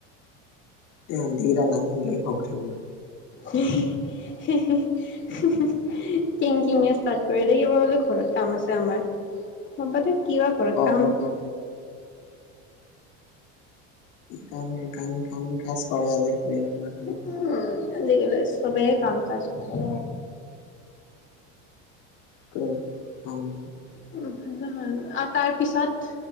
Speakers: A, on the left (about 75°); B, on the left (about 30°).
A: এই আণ্টি কেইটাৰ নাম শুনিলে খং উঠে মোৰ।
B: হেই। হেহে, হেহে কিংকিঙিয়া ষ্টাৰ্ট কৰি থাকিব বোলো ঘৰত। কাম আছে আমাৰ। হ'ব দে কি বা ঘৰত
A: অ
B: কাম?
A: অ অ কাম আৰু কাম। কাম-কাজ কৰা আজি এই মা
B: উ-উম, আজিকালি চবেই কাম-কাজ কৰে।
A: কি কাম?
B: <inaudible> আৰু তাৰ পিছত